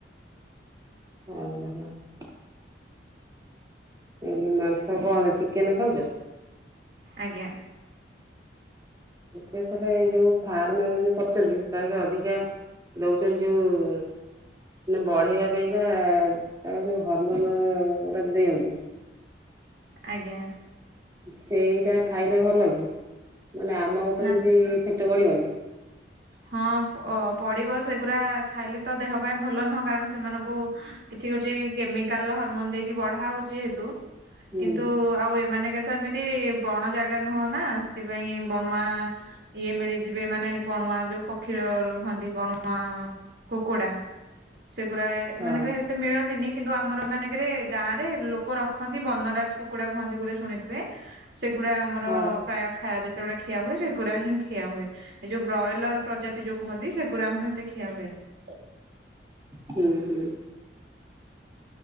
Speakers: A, on the right; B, on the right.
A: ହଉ ଭଲ । ଏ ମାଂସ କଣ ଚିକେନ ଖାଉଚ?
B: ଆଜ୍ଞା।
A: ସେଥିରେ ଯୋଉ ଫାର୍ମ ଯୋଉ କରୁଛନ୍ତି ତା ସେ ଅଧିକା ଦଉଛନ୍ତି ଯୋଉ ବଢ଼େଇବା ପାଇଁକା ତାଙ୍କ ଯୋଉ ହରମୋନ ଗୁଡା ଦିଅନ୍ତି।
B: ଆଜ୍ଞା।
A: ସେଇଟା ଖାଇଲେ ଭଲ କି? ମାନେ ଆମ ଉପରେ
B: ନା
A: କିଛି ଇଫେକ୍ଟ ପଡ଼ିବନି?
B: ହଁ ପଡିବ ସେଗୁରା ଖାଇଲେ ତ ଦେହ ପାଇଁ ଭଲ ନୁହଁ, କାରଣ ସେମାନଙ୍କୁ ଉ କିଛି ଗୋଟେ କେମିକାଲ୍ ହରମୋନ୍ ଦେଇକି ବଢା ହଉଚି। ଯେହେତୁ
A: ହୁଁ
B: କିନ୍ତୁ ଉ ଆଉ ଏମାନେ ଙ୍କ ତ ଏମିତି ବଣ ଜାଗା ନୁହଁ ନା ଥିପାଇଁ ବଣୁଆ ଆ ଇଏ ମିଳିଯିବେ ମାନେ ବଣୁଆ ଯୋ ପକ୍ଷୀ ର-ର ରୁହନ୍ତି ବଣୁଆ କୁକୁଡା। ସେଗୁଡା ଏ ଏ
A: ହଁ।
B: ମାନେ କାଇଁ ଏତେ ମିଳନ୍ତିନି। କିନ୍ତୁ ଆମର ମାନେଙ୍କେ ରେ ଗାଁ ରେ ଲୋକ ରଖନ୍ତି ବନରାଜ କୁକୁଡା କୁହନ୍ତି ବୋଲି ଶୁଣିଥିବେ। ସେଗୁଡା ଆମର
A: ହଁ
B: ଅ ପ୍ରାୟ ଖାଇବା ଯେତେବେଳେ ଖିଆ ହୁଏ, ସେଗୁଡା ହିଁ ଖିଆ ହୁଏ। ଏ ଯୋଉ ବ୍ରଏଲର ପ୍ରଜାତି ଯୋଉ କୁହନ୍ତି, ସେଗୁଡା ଆମର ଏତେ ଖିଆ ହୁଏନାହିଁ।
A: ହୁଁ ହୁଁ।